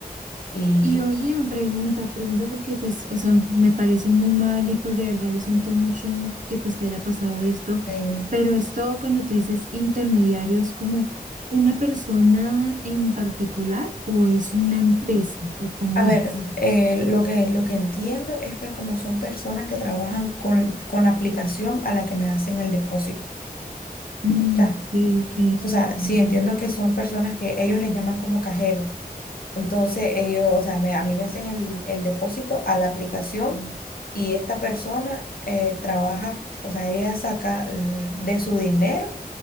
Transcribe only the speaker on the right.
Y oye, me pregunta, pregunta porque pues, o sea, me parece muy mal y pues de verdad lo siento mucho que pues te haya pasado esto,
pero esto cuando tú dices intermediario es como una persona en particular o es una empresa o cómo
es.
Mm,
ok, ok.